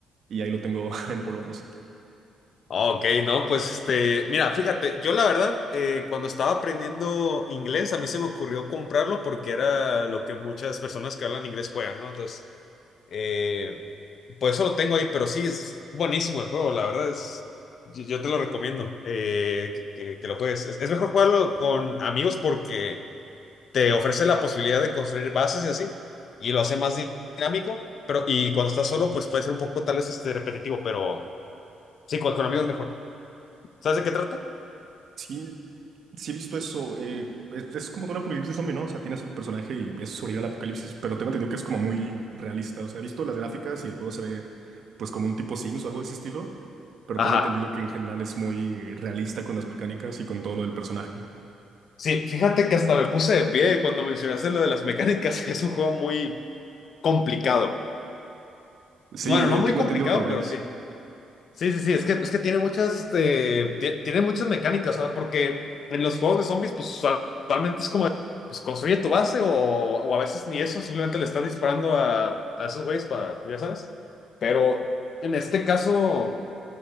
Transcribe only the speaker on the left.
Ah, Ok, no, pues este, mira, fíjate, yo la verdad, eh, cuando estaba aprendiendo inglés, a mí se me ocurrió comprarlo porque era lo que muchas personas que hablan inglés juegan, ¿no? Entonces, eh, pues eso lo tengo ahí, pero sí, es buenísimo el juego, la verdad es, yo, yo te lo recomiendo, eh, que, que- que lo juegues. Es, es mejor jugarlo con amigos porque te ofrece la posibilidad de construir bases y así, y lo hace más di- dinámico, pero y cuando estás solo, pues puede ser un poco tal vez este, repetitivo, pero sí, con, con amigos es mejor. ¿Sabes de qué trata?
Ajá.
Sí, fíjate que hasta me puse de pie cuando mencionaste lo de las mecánicas. <laughs> Es un juego muy complicado.
Bueno, no
muy
complicado,
pero
sí. Sí, sí, sí. Es que, es que tiene muchas, este, ti- tiene muchas mecánicas, o sea, porque en los juegos de zombies, pues usualmente es como, pues construye tu base o, o a veces ni eso, simplemente le estás disparando a, a esos güeyes para, tú ya sabes. Pero en este caso,